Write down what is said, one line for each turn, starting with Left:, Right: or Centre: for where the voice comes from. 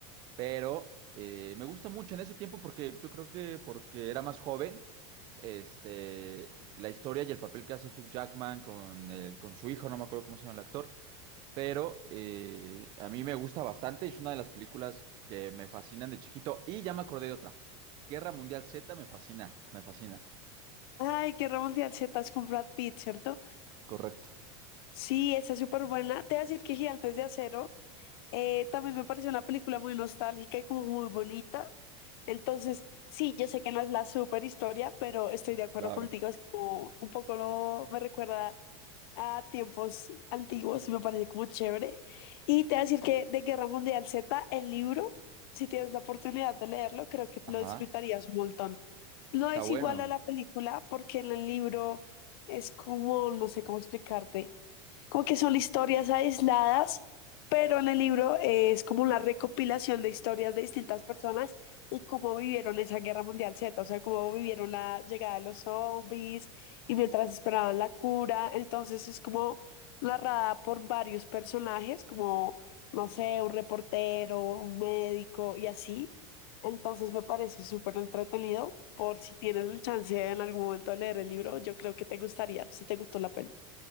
Right: pero eh, me gusta mucho en ese tiempo porque yo creo que porque era más joven, este, la historia y el papel que hace Hugh Jackman con, el- con su hijo, no me acuerdo cómo se llama el actor, pero eh, a mí me gusta bastante, es una de las películas que me fascinan de chiquito y ya me acordé de otra. Guerra Mundial Z me fascina, me fascina.
Left: Ay, Guerra Mundial Z es con Brad Pitt, ¿cierto?
Right: Correcto.
Left: Sí, esa es súper buena. Te voy a decir que Gigantes de Acero eh, también me pareció una película muy nostálgica y como muy bonita. Entonces, sí, yo sé que no es la super historia, pero estoy de acuerdo
Right: Claro.
Left: contigo. Es como un poco lo- me recuerda a tiempos antiguos y me parece como chévere. Y te voy a decir que de Guerra Mundial Z, el libro, si tienes la oportunidad de leerlo, creo que
Right: Ajá,
Left: lo disfrutarías un montón. No
Right: está
Left: es
Right: bueno.
Left: igual a la película porque en el libro es como, no sé cómo explicarte como que son historias aisladas, pero en el libro es como una recopilación de historias de distintas personas y cómo vivieron esa guerra mundial Z, o sea, cómo vivieron la llegada de los zombies y mientras esperaban la cura. Entonces es como narrada por varios personajes, como, no sé, un reportero, un médico y así. Entonces me parece súper entretenido. Por si tienes el chance en algún momento de leer el libro, yo creo que te gustaría, si te gustó la peli.